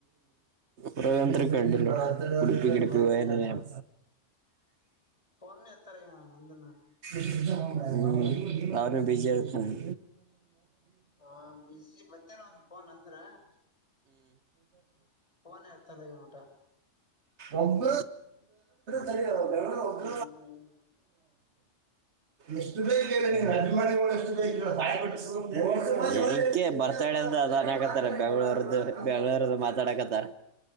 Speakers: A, on the right; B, on the left.
A: ಪ್ರಯಂತ್ರಿಕ ಹ್ಯಾಂಡಲ್ ಕುಡುಪ ಕಿಡುಪಿನ
B: ಹೌದ
A: ನ್
B: ಒಣ ಎತ್ತರಗಣ ನಂದನ
A: ಹ್ಮ್ ಅವಮ ಬಿಜಿಯ ಹ್ಮ್
B: ಹಾ ಬಿಜಿ ಬಂದೇನ ಒಂದ್ ಫೋನ್ ಅಂದ್ರ ಪನ ಅತಲ್ಲಗ ಮಊಟಾ
A: ಒಂಬ ಸರಿ ಒರ್ರ್
B: ಹ್ಮ್
A: ಎಷ್ಟು ಬೇಕ ಹೇಳ ನೀ ಅಜಮಾನಿಗಳು ಎಷ್ಟು ಬೇಕ
B: ಏನ
A: ಹೇಳ
B: ಅಂತಲ್ಲ
A: ತಾಯಿಟ್ಟಿಸ
B: ಹೆಂಗ
A: ಕ ಬರ್ತಾಡ್ಯದಾನ ಹಾಕತ್ತಾರೆ ಬೆಂಗಳೂರ್ ಬೆಂಗಳೂರ್ ಮಾತಾಡಕತ್ತಾರ